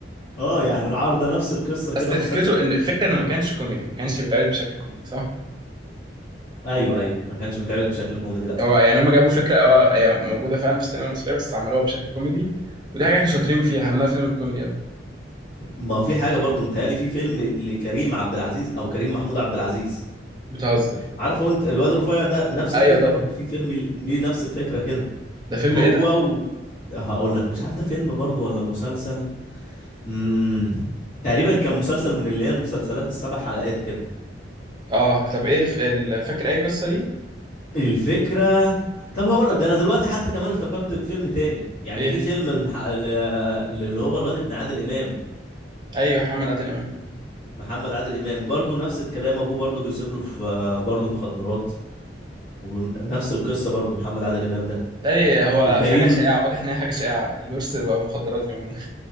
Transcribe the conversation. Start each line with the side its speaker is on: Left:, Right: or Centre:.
Left: اه يعني العار ده نفس القصه كده
Right: بس فكرته
Left: مسلسل
Right: ان الفكره انه ما كانش كوميدي ما كانش بيتعرض بشكل كوميدي صح
Left: ايوه ايوه ما كانش بيتعرض بشكل كوميدي لا
Right: هو يعني هم جابوا فكره اه هي موجوده فعلا في السينما المصريه بس عملوها بشكل كوميدي ودي حاجه احنا شاطرين فيها احنا بنعرف نعمل كوميدي قوي
Left: ما هو في حاجه برضو متهيألي في فيلم لكريم عبد العزيز او كريم محمود عبد العزيز
Right: بتهزر
Left: عارفه انت الواد رفيع ده نفس
Right: ايوه
Left: الفكره
Right: طبعا
Left: برضو في فيلم ليه نفس الفكره كده
Right: ده فيلم
Left: هو
Right: ايه ده
Left: و... هقول لك مش عارف ده فيلم برضو ولا مسلسل امم تقريبا كان مسلسل من اللي هي المسلسلات السبع حلقات كده
Right: اه طب ايه الف... ال... فاكر اي قصه ليه
Left: الفكرة طب هقول لك ده انا دلوقتي حتى كمان افتكرت فيلم تاني يعني
Right: ايه
Left: في فيلم المح... ال- اللي هو الواد ابن عادل امام
Right: ايوه محمد عادل امام
Left: محمد عادل امام برضو نفس الكلام ابوه برضو بيسيب له في برضو مخدرات ونفس القصة برضو محمد عادل امام ده
Right: تاني هو
Left: وكريم
Right: حاجه شائعه واضح ان هي حاجه شائعه الورث بقى مخدرات اليومين دول.